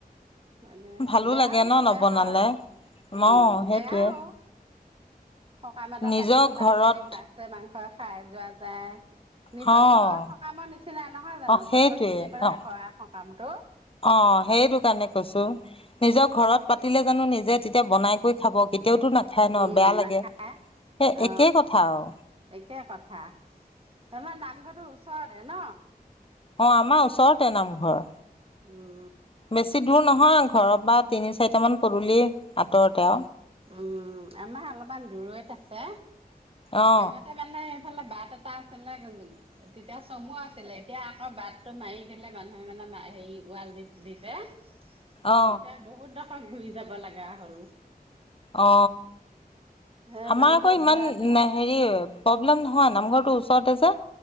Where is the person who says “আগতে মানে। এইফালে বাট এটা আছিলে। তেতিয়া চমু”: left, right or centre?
Right